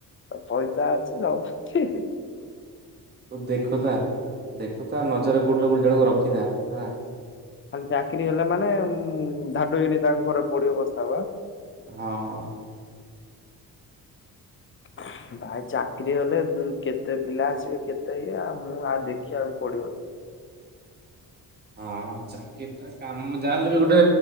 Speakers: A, on the left; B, on the right.
A: ପଇସା ଅଛି ସବୁ ଅଛି
B: ତୁ ଦେଖୁଥା ଦେଖୁଥା ନଜର କୋଉଠିର ଗୋଟେ ଜଣକୁ ରଖିଥା ହେଲା।
A: ଖାଲି ଚାକିରି ହେଲା ମାନେ ଧାଡୁକିନି ତାଙ୍କ ଘରେ ପଡିବ ବସ୍ତାବ ଆଁ
B: ହଁ
A: <inaudible> ଭାଇ ଚାକିରି ହେଲେ କେତେ ପିଲା ଆସିବେ କେତେ ଇଏ ଆଉ ମୁଁ ଆଉ ଦେଖିବାକୁ ପଡିବନି।
B: ହଁ ଚାକିରି ଟା କାମ ଯାଲେ ବି ଗୋଟେ